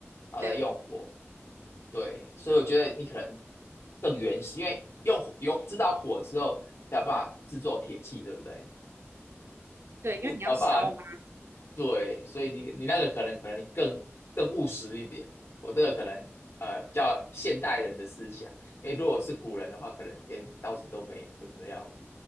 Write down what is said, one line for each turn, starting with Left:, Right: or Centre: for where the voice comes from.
Left: 然后再用火。
Right: 对
Left: 对，所以我觉得你可能更原始，因为用火有知道火之后，才有办法制作铁器，对不对？
Right: 对，因为你要烧嘛，
Left: 好不好？对，所以你你那个可能可能更更务实一点，我这个可能呃比较现代人的思想，因为如果是古人的话，可能连刀子都没有，真的要